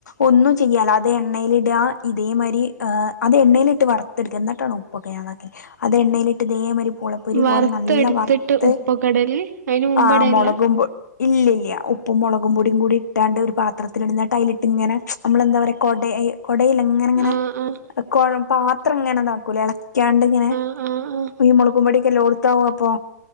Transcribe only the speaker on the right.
വറുത്തെടുത്തിട്ട്
ഉപ്പുകടല് അയിന് മുമ്പിടലില്ല
ആഹ് ആഹ്
ആഹ് ആഹ്.